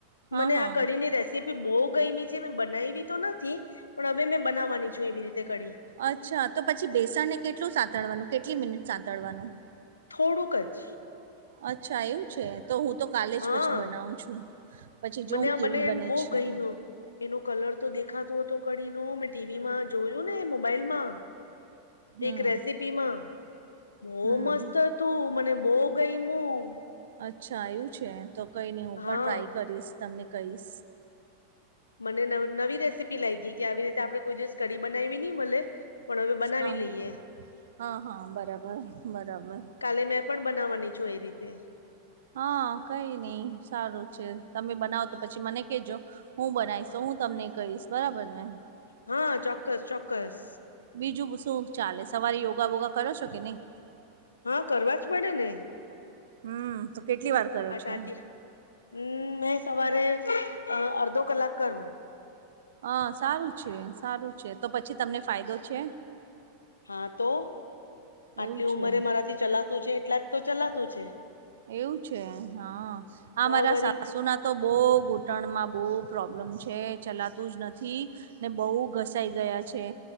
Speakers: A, on the right; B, on the left.
A: હા
B: મને
A: હા
B: આ કડી ની તે બહુ ગઈમી છે મેં બનાવી તો નથી પણ હવે મેં બનાવવાની છું એવી રીતે કડી.
A: અચ્છા તો પછી બેસણને કેટલું સાતડવાનું કેટલી મિનિટ સાતડવાનું.
B: થોડુંક જ
A: અચ્છા એવું. છે તો હું તો કાલે
B: હા
A: જ પછી બનાવું છું પછી જોઉ
B: મને આ
A: કેવી
B: મને
A: બને
B: એમ બહુ
A: છે.
B: ગયમું એનો કલર તો દેખાતો હતો કડીનો મેં ટીવીમાં જોયું ને મોબાઈલમાં.
A: હમ
B: એક રેસીપીમાં બહ
A: હમ
B: મસ્ત હતું મને બહુ ગઈમું.
A: અચ્છા આવ્યું છે તો કઈ નહી હું
B: હા
A: પણ ટ્રાય કરીશ તમને કહીશ.
B: મને નવી રેસીપી લાગી ગઈ કે આવી રીતે આપડણે કોઈ દિવસ કઢી બનાવી નહી મલે. પણ હવે બનાવી
A: હા
B: લઈએ.
A: હા હા બરાબર બરાબર.
B: કાલે મેં પણ બનાવવાની છું એ રીતે
A: હા કઈ નઈ સારું છે તમે બનાવો તો પછી મને કેજો. હું બનાવીશ હું તમને કહીશ બરાબર ને.
B: હા ચોક્કસ ચોક્કસ.
A: બીજું શું ચાલે સવારે યોગા વોગા કરો છો કે નહી.
B: હા કરવા જ પડે ને.
A: હમ્મ તો કેટલી વાર કરો
B: આટ
A: છો
B: આટી હમ મેં સવારે અડધો કલાક કર હું.
A: હ સારું છે સારું છે તો પછી તમને ફાયદો છે.
B: હા તો આટલી
A: એવું છે
B: ઉંમરે મારાથી ચલાતું છે એટલા જ તો ચલાતું છે.
A: એવું છે હા આ
B: તો
A: મારા
B: વરી
A: સાસુ ના તો બહુ ઘૂંટણમાં બહુ પ્રોબ્લેમ છે ચલાતું જ નથી. ને બહુ ઘસાઈ ગયા છે